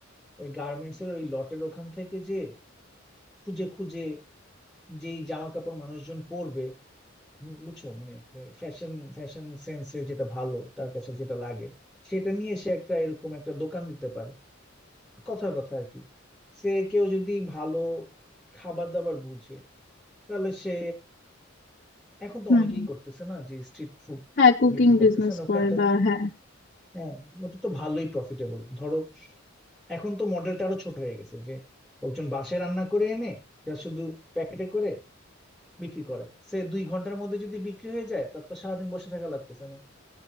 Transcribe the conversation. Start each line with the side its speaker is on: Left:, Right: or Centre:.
Centre: ওই গার্মেন্টস এর ওই লটের ওখান থেকে যে খুঁজে খুঁজে যেই জামা কাপড় মানুষজন পরবে উম, বুঝছো মানে ফ্যাশন ফ্যাশন সেন্সে যেটা ভালো তার কাছে যেটা লাগে সেটা নিয়ে সে একটা এরকম একটা দোকান দিতে পারে কথার কথা আর কি সে কেউ যদি ভালো খাবার দাবার বুঝে তাহলে সে এখন তো
Left: হুম
Centre: অনেকেই করতেছে না যে স্ট্রিট ফুড
Left: হ্যাঁ কুকিং
Centre: বিক্রি করতেছেন
Left: বিজনেস
Centre: ওখানে
Left: করে
Centre: তো
Left: বা হ্যাঁ
Centre: হ্যাঁ ওটা তো ভালোই প্রফিটেবল ধরো এখন তো মডেলটা আরো ছোট হয়ে গেছে যে লোকজন বাসায় রান্না করে এনে যা শুধু প্যাকেটে করে বিক্রি করে সে দুই ঘন্টার মধ্যে যদি বিক্রি হয়ে যায় তার তো সারাদিন বসে থাকা লাগতেছে না